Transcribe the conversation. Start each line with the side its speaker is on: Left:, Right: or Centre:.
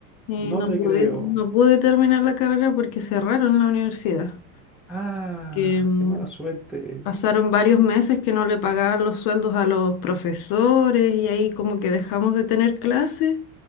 Left: y
Centre: no
Left: no
Centre: te
Left: pude,
Centre: creo.
Left: no pude terminar la carrera porque cerraron la universidad.
Centre: Ah,
Left: que mm,
Centre: qué mala suerte.
Left: pasaron varios meses que no le pagaban los sueldos a los profesores y ahí como que dejamos de tener clases